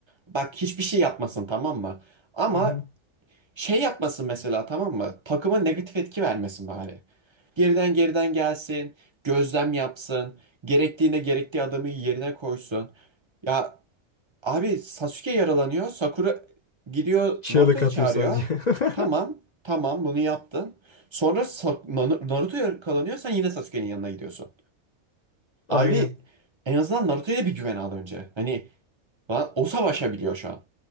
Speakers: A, on the right; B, on the left.
A: Bak hiçbir şey yapmasın tamam mı? Ama
B: Hı hı.
A: şey yapmasın mesela tamam mı? Takıma negatif etki vermesin bari. Geriden geriden gelsin, gözlem yapsın, gerektiğinde gerektiği adamı yerine koysun. Ya Abi Sasuke yaralanıyor. Sakura gidiyor
B: Çığlık
A: Naruto'yu
B: atıyor
A: çağırıyor.
B: sadece. <laughs>
A: Tamam, tamam bunu yaptın. Sonra Sa- Na- Naruto yakalanıyor. Sen yine Sasuke'nin yanına gidiyorsun.
B: Aynen.
A: Abi en azından Naruto'ya bir güven al önce. Hani lan o savaşabiliyor şu an.